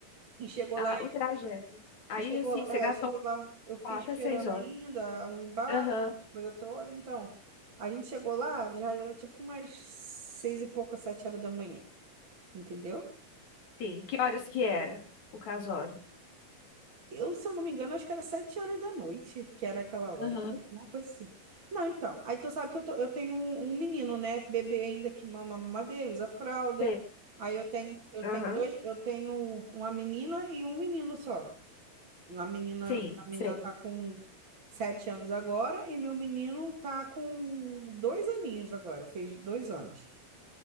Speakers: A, on the right; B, on the left.
A: E chegou
B: Ah,
A: lá,
B: o trajeto. Aí,
A: e chegou,
B: assim,
A: lá-
B: você
A: é,
B: gastou
A: chegou lá, eu fiquei
B: quatro
A: esperando
B: a seis horas.
A: ainda o embarque,
B: Aham,
A: coisa toda. Então, a gente chegou lá, já era tipo umas seis e pouca, sete horas da manhã, entendeu?
B: sim. Que horas que era o casório?
A: Eu, se eu não me engano, acho que era sete horas da noite, que era aquela hora.
B: Aham.
A: Uma coisa assim. Não, então. Aí tu sabe que eu, tô- eu tenho um, um menino, né? Bebê ainda que mama mamadeira, usa fralda.
B: Sei.
A: Aí eu tenho, eu tenho
B: Aham,
A: dois, eu tenho uma menina e um menino só. Uma menina,
B: sim,
A: a menina
B: sei.
A: tá com sete anos agora e meu menino tá com dois aninhos agora, fez dois anos.